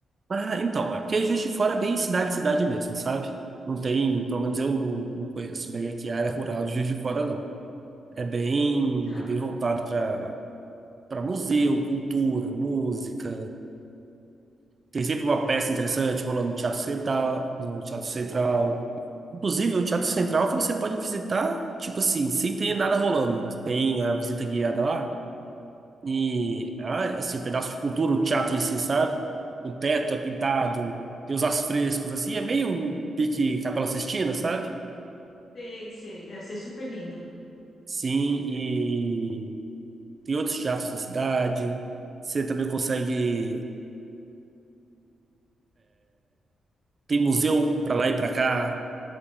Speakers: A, on the right; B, on the left.
A: Ah, então, é porque Juiz de Fora é bem cidade, cidade mesmo, sabe? Não tem, pelo menos eu não, não conheço bem aqui a área rural de Juiz de Fora, não. É bem,
B: Sim, tá.
A: é bem voltado para para museu, cultura, música. Tem sempre uma peça interessante rolando no Teatro Central, no Teatro Central. Inclusive,
B: Legal.
A: o Teatro Central que você pode visitar, tipo assim, sem ter nada rolando. Tem a visita guiada lá e, ah, assim, um pedaço de cultura, o teatro em si, sabe? O teto é pintado, tem os afrescos, assim, é meio um pique Capela Sistina, sabe?
B: Sei, sei, deve ser super lindo.
A: Sim, e tem outros teatros na cidade. Você também consegue. Tem museu pra lá e pra cá.